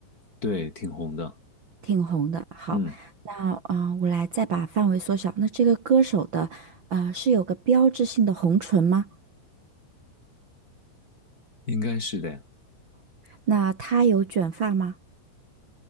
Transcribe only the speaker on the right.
挺红的。好，
那啊、呃我来再把范围缩小。那这个歌手的呃，是有个标志性的红唇吗？
那她有卷发吗？